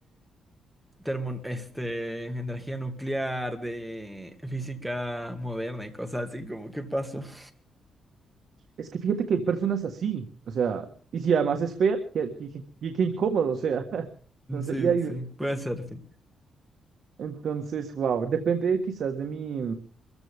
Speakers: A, in the centre; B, on the right (about 55°).
A: termo- este, energía nuclear, de física moderna y cosas así, como qué pasó. <laughs>
B: es que fíjate que hay personas así, o sea, y si además es fea, qué, qué, qué- qué- qué incómodo, o sea, <laughs> no sería
A: Sí,
B: divertido.
A: sí, puede
B: ¿no?
A: ser, sí.
B: Entonces, wow, depende quizás de mi,